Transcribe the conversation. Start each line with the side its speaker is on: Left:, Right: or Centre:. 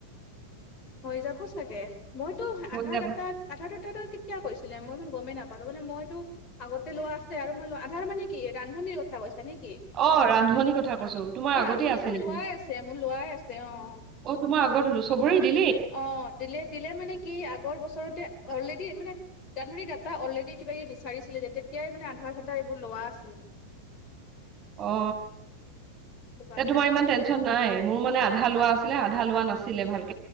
Left: হৈ যাব চাগে মইতো
Right: হৈ
Left: আধাৰ
Right: যাব।
Left: দটাাত আধা ডটা কেতিয়া কৈছিলে মই গমেই নাপালো মানে মইতো আগতে লোৱা আছে আৰু মই আধাৰ মানে কি ৰান্ধনিৰ কথা কৈছা নেকি?
Right: অ', ৰান্ধনী কথা কৈছো, তোমাৰ
Left: অ
Right: আগতেই
Left: ৰান্ধনীবোৰ
Right: আছে নেকি?
Left: লোৱাই আছে মোৰ লোৱাই আছে অ'
Right: অ, তোমাৰ আগতলোবৰেই দি
Left: অ, দিলে - দিলে মানে কি আগৰ বছৰতে দি মানে ত ধৰি দা অলৰেডি কিবাকিবি বিচাৰিছিলে যে তেতিয়াই মানে আধাৰ চাধাৰ এইবোৰ লোৱা আছিল।
Right: <inaudible> অ,
Left: সেইটো কাৰণে
Right: এ তোমাৰ ইমান টেনচন নাই মোৰ মানে আধা লোৱা আছে। আধা লোৱা নাছিলে ভালকে।